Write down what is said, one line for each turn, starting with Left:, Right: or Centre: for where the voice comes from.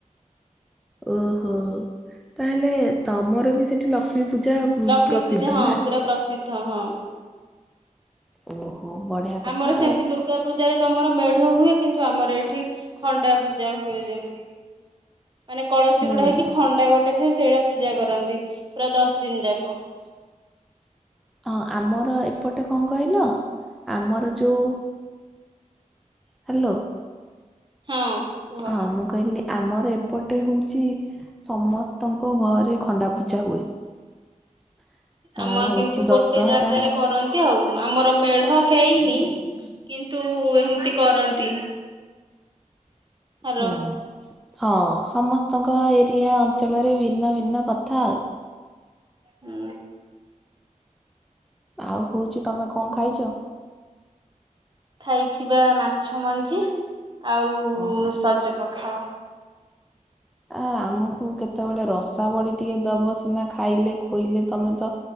Centre: ଓହୋ ତାହେଲେ ତମର ବି ସେଠି ଲ ଲକ୍ଷ୍ମୀ ପୂଜା ଉ
Right: ଲକ୍ଷ୍ମୀ
Centre: ପ୍ରସିଦ୍ଧ
Right: ପୂଜା ହଁ
Centre: ନା।
Right: ପୁରା ପ୍ରସିଦ୍ଧ ହଁ
Centre: ଓହୋ ବଢିଆ କଥା
Right: ଆମର ସେମିତି
Centre: ଆଉ
Right: ଦୁର୍ଗା ପୂଜାରେ ତମର ମେଢ ହୁଏ କିନ୍ତୁ ଆମର ଏଠି ଖଣ୍ଡା ପୂଜା ହୁଏ ଯେମିତି କିି ମାନେ କଳସୀ
Centre: ହୁଁ।
Right: ବୁଡା ହେଇକି ଖଣ୍ଡା ଗୋଟେ ଥାଏ ସେଇଡା ପୂଜା କରନ୍ତି ପୁରା ଦଶ ଦିନ
Centre: ପୁରା
Right: ଯାକ
Centre: ଦସ୍ ଦିନି ଯା ହଁ ଆମର ଏପଟେ କଣ କହିଲ ଆମର ଯୋଉ ହାଲୋ।
Right: ହଁ କୁହ।
Centre: ହଁ ମୁଁ କହିଲି। ଆମର ଏପଟେ ହଉଚି ସମସ୍ତଙ୍କ ଘରେ ଖଣ୍ଡାପୂଜା ହୁଏ। <inaudible> ଆଁ
Right: ଆମର
Centre: ହଉଛି
Right: କିନ୍ତୁ ଗୋଟେ
Centre: ଦଶହରା
Right: ଜାଗାରେ କରନ୍ତି ଆଉ ଆମର ମେଢ ହେଇନି କିନ୍ତୁ ହେଏମିତି କରନ୍ତି। ହ୍ୟାଲୋ।
Centre: ହଁ। ହଁ ସମସ୍ତଙ୍କ ଏରିଆ ଅଞ୍ଚଳରେ ଭିନ୍ନ ଭିନ୍ନ କଥା ଆଉ।
Right: ହୁଁ।
Centre: ଆଉ ହଉଛି ତମେ କଣ ଖାଇଛ?
Right: ଖାଇଛି ବା ମାଛ ମଞ୍ଜି ଆଉ
Centre: ଓହୋ।
Right: ସଜ ପଖାଳ।
Centre: ଆ ଆମକୁ କେତେବେଳେ ରସାବଳି ଟିକେ ଦବ ସିନା ଖାଇଲେ ଖୋଇଲେ ତମେ ତ